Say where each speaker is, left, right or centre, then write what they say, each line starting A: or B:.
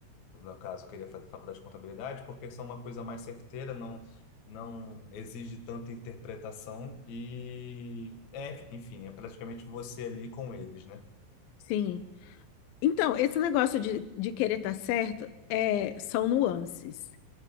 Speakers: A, on the left; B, on the left.
A: no caso, queria fazer faculdade de contabilidade, porque isso é uma coisa mais certeira, não, não exige tanta interpretação e, é, enfim, é praticamente você ali com eles, né?
B: Sim. Então, esse negócio de, de querer estar certo é, são nuances.